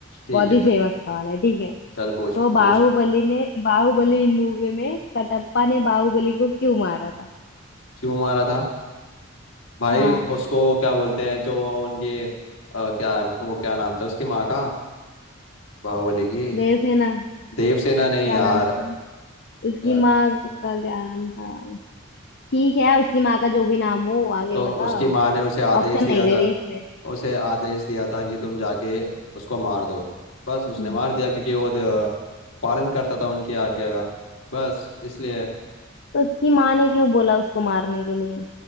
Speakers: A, on the left; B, on the left.
A: ठीक
B: बहुत
A: है
B: ही
A: चल
B: फेमस सवाल है ठीक है
A: चल पूछ
B: तो
A: पूछ
B: बाहुबली ने बाहुबली मूवी में कटप्पा ने बाहुबली को क्यों मारा था
A: क्यों मारा था भाई
B: हाँ
A: उसको क्या बोलते हैं जो उनकी अ, क्या वो क्या नाम था उसकी माँ का बाहुबली की
B: जयसेना
A: देवसेना नहीं
B: क्या
A: यार
B: नाम था उसकी
A: या,
B: माँ का क्या नाम था ठीक है उसकी माँ का जो भी नाम हो आगे
A: तो
B: बता
A: उसकी माँ ने उसे आदेश
B: ऑप्शन
A: दिया
B: नहीं दे
A: था
B: रही इसमें
A: उसे आदेश दिया था कि तुम जाके उसको मार दो बस उसने
B: हम्म,
A: मार दिया क्योंकि वो द- पालन करता था उनकी आज्ञा का बस इसलिए
B: तो उसकी माँ ने क्यों बोला उसको मारने के लिए